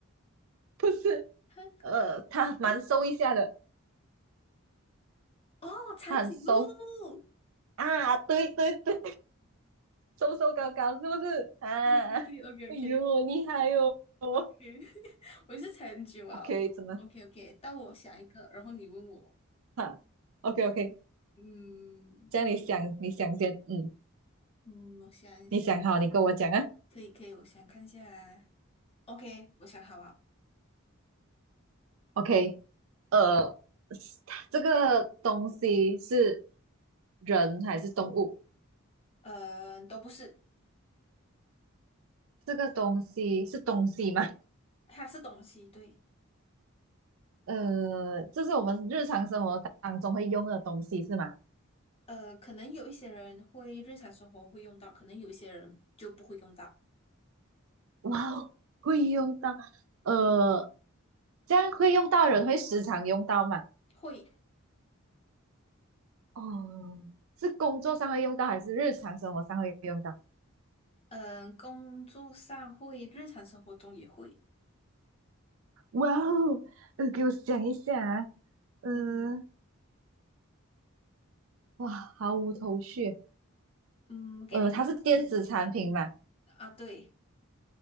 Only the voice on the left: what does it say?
哼，
行行哦，长颈鹿
<laughs>，对对对，OK
OK
OK，<laughs> 我也是猜很久啊，OK
OK，到我想一个，然后你问我，
嗯
嗯，我想一下，
可以可以，我想看一下啊，OK，我想好了，
嗯，都不是，
它是东西，对。
呃，可能有一些人会日常生活会用到，可能有一些人就不会用到，
会，
嗯、工作上会，日常生活中也会。
嗯，
嗯，给你一个提示
啊，对，